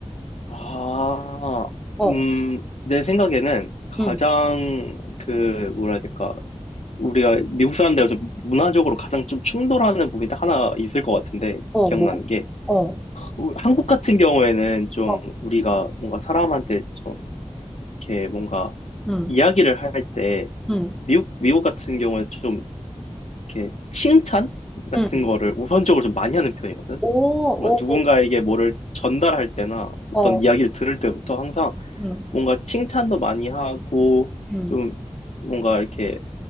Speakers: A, on the left; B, in the centre.
A: 아,
B: 어.
A: 음, 내 생각에는 가장,
B: 응.
A: 그, 뭐라 해야 될까. 우리가 미국 사람들하고 좀 문화적으로 가장 좀 충돌하는 부분이 딱 하나 있을 것 같은데,
B: 어,
A: 기억나는
B: 뭐?
A: 게.
B: 어.
A: 우- 한국 같은 경우에는 좀
B: 어.
A: 우리가 뭔가 사람한테 좀 이렇게 뭔가
B: 응,
A: 이야기를 할 때
B: 응,
A: 미국 미국 같은 경우에 좀 이렇게 칭찬 같은
B: 응.
A: 거를 우선적으로 좀 많이 하는 편이거든.
B: 오, 오,
A: 뭔가 누군가에게 뭐를 전달할 때나 어떤
B: 오, 어,
A: 이야기를 들을 때부터 항상
B: 응,
A: 뭔가 칭찬도 많이 하고
B: 응.
A: 좀 뭔가 이렇게